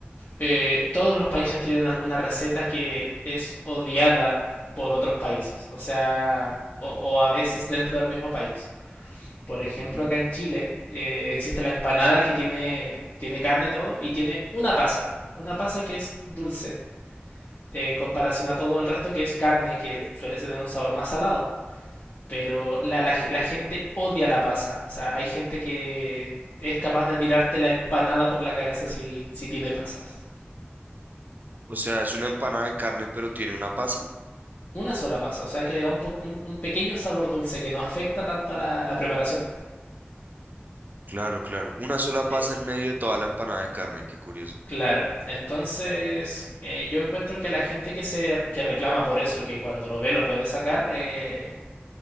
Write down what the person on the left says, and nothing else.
eh, todos los países tienen alguna receta que es odiada por otros países, o sea, o, o a veces dentro del mismo país. Por ejemplo,
acá en Chile eh, existe la empanada que tiene, tiene carne y todo, y tiene una pasa, una pasa que es dulce, eh, en comparación a todo el resto que es carne, que suele tener un sabor más salado. Pero la, la, la gente odia la pasa, o sea, hay gente que es capaz de tirarte la empanada por la cabeza si, si tiene pasas.
Una sola pasa, o sea que le da un, po un, un pequeño sabor dulce que no afecta tanto a la, la preparación.
Eh,
Claro, entonces eh, yo encuentro que la gente que se que reclama por eso, que cuando lo ve lo puede sacar, eh,